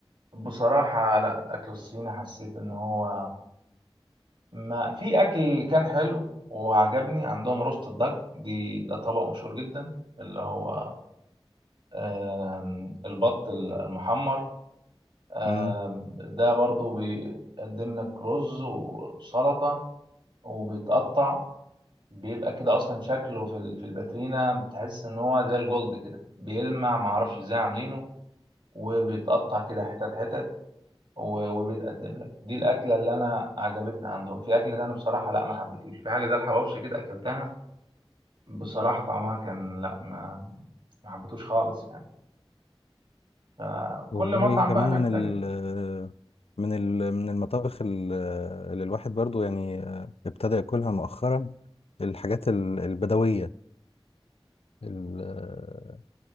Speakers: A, on the right; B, on the left.
A: بصراحة لا الاكل الصيني حسيت ان هو ما في اكل كان حلو وعجبني عندهم روست الدك دي ده طبق مشهور جدا اللي هو آم، البط المحمر آم،
B: إمم.
A: ده برضو بيقدم لك رز وسلطة وبيتقطع بيبقى كده اصلا شكله في ال- في الباترينا بتحس ان هو زي الجولد كده بيلمع معرفش ازاي عاملينه وبيتقطع كده حتت حتت و- وبيتقدم لك دي الاكله اللي انا عجبتني عندهم في اكل تاني بصراحه لا ما حبيتوش في حاجه زي الحواوشي كده اكلتها بصراحه طعمها كان لا ما ما حبيتوش خالص يعني فكل
B: والله
A: مطعم
B: كمان
A: بقى بيختلف
B: من ال من ال من المطابخ ال- اللي الواحد برضو يعني ابتدى ياكلها مؤخرا الحاجات ال- البدوية ال-